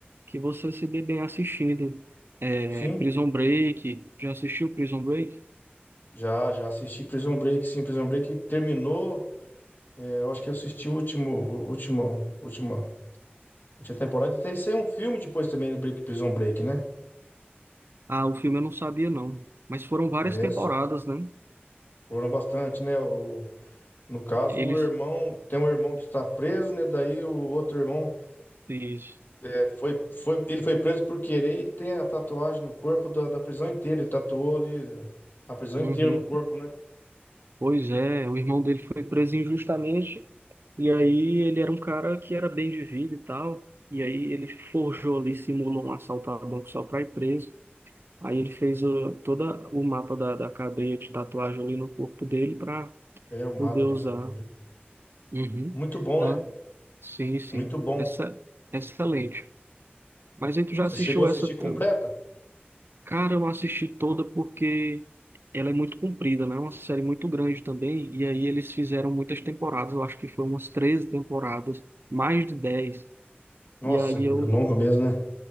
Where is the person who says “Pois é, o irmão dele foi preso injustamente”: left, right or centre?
Right